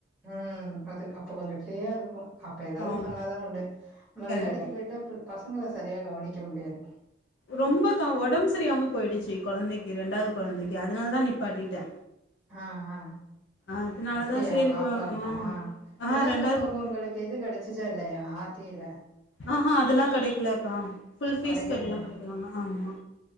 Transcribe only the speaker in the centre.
ம் அது அப்போ கொஞ்ச ஃப்ரீயா இருக்கு அப்ப ஏதாவது
பண்ணாதா உண்டு நம்ம
வேலைக்கு போயிட்டா பசங்கள சரியா கவனிக்க முடியாது
ஆ ஆ
அப்டியா
பாப்பாவுக்கா
ரெண்டாவது
பாப்பாவுக்கு
உங்களுக்கு இது கடச்சுசா இல்லயா ஆர்ட்டில
கெடைக்கலையா?